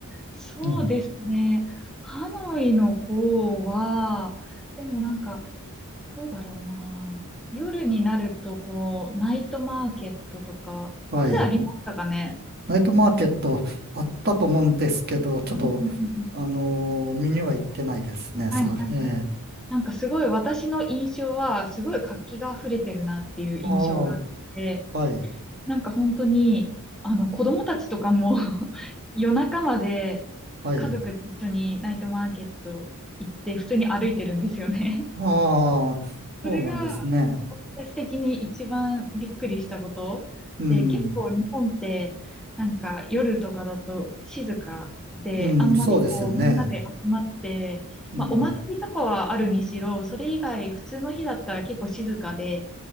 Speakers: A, in the centre; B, on the right.
A: そうですね。
B: うん。
A: ハノイの方は、でもなんか、どうだろうな。夜になると、こう、ナイトマーケットとか、
B: はい。
A: それありましたかね
B: ナイトマーケットあったと思うんですけど、ちょっと、
A: うんうんうんうん
B: あのー見には行ってないですね、
A: はいはいはい。
B: さ、ええ。
A: なんかすごい私の印象は、すごい活気が溢れてるなっていう印象があって、
B: ああ、はい、
A: なんか本当に、あの、子供たちとかも <laughs> 夜中まで
B: はい。
A: 家族で一緒にナイトマーケット行って、普通に歩いてるんですよね
B: ああ、そうなんですね。
A: それが、私的に一番びっくりしたことで、
B: うん、
A: 結構日本って、なんか夜とかだと静かで、
B: うん、
A: あんまりこう、
B: そうですよね。
A: みんなで集まって、
B: うん、
A: まあお祭りとかはあるにしろ、それ以外普通の日だったら結構静かでっ